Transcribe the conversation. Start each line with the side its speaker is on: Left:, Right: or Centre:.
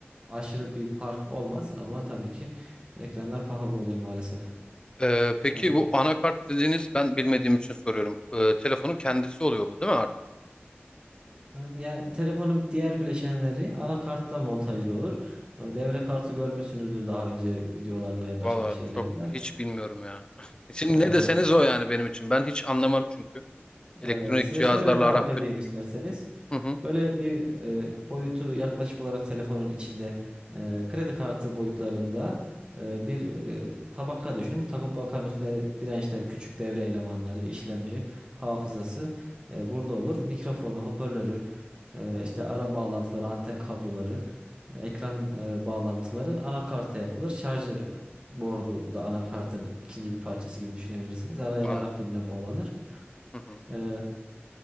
Right: aşırı bir fark olmaz ama tabii ki ekranlar pahalı oluyor maalesef.
Left: Ee, peki
Right: Yani,
Left: bu anakart dediğiniz ben bilmediğim için soruyorum. Ee, telefonun kendisi oluyor bu değil mi artık?
Right: yani telefonun diğer bileşenleri anakartta montajlı olur. Devre kartı görmüşsünüzdür daha önce videolarda ve
Left: Valla
Right: başka şeylerde.
Left: çok hiç bilmiyorum ya. <laughs> Şimdi
Right: E,
Left: ne deseniz o yani benim için. Ben hiç anlamam çünkü. Elektronik
Right: Ee, size
Left: cihazlarla
Right: şöyle tarif
Left: aram kötüdür.
Right: edeyim isterseniz.
Left: Hı hı,
Right: Böyle bir e, boyutu yaklaşık olarak telefonun içinde e, kredi kartı boyutlarında e, bir e, tabaka düşünün. Tabakanın üstüne dirençler, küçük devre elemanları, işlemci, hafızası e, burada olur. Mikrofonu, hoparlörü, e, işte ara bağlantıları, anten kabloları, ekran e, bağlantıları anakarta yapılır. Şarj bordu da anakartın ikinci bir parçası gibi düşünebilirsiniz. Araya
Left: anladım.
Right: ara filmle bağlanır.
Left: Hı hı,
Right: E,